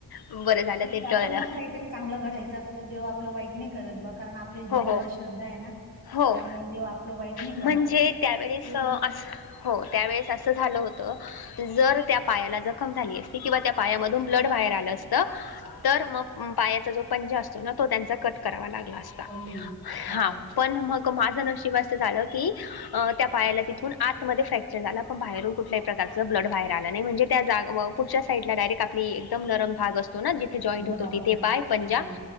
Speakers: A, on the left; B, on the right.
A: बरं झालं
B: नाही
A: ते
B: त्यातून
A: टळलं.
B: पण काहीतरी चांगलं घडायचं असतं देव आपलं वाईट नाही करत बघ कारण आपली देवावर
A: हो हो
B: श्रद्धा आहे ना.
A: हो
B: त्यामुळे देव आपलं वाईट नाही
A: म्हणजे
B: करत
A: त्यावेळेस
B: ते
A: अस. हो त्यावेळेस असं झालं होत जर त्या पायाला जखम झाली असती किंवा त्या पायामधून. ब्लड बाहेर आलं असत तर मग पायाचा जो पंजा असतो ना तो त्यांचा कट करावा लागला असत.
B: अई, बापरे
A: हा पण मग माझं नशीिबस झालं की. त्या पायाला तिथून आतमध्ये फ्रॅक्चर झाला पण बाहेरून कुठल्याही प्रकारचं ब्लड बाहेर आलं नाही म्हणजे त्या जाग. पुूरच्या साईडला डायरेक्ट आपली एकदम नरम भाग असतो ना जिथे जॉईंट
B: हो
A: होतो
B: ना
A: तिथे
B: हो ना
A: पाय पंजा.
B: अरे,